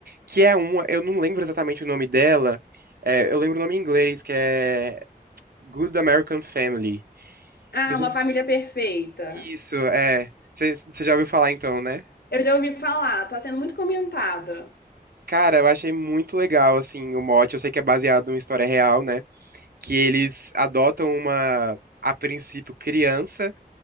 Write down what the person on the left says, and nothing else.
Ah,
Uma
Família Perfeita.
Eu já ouvi falar, tá sendo muito comentada.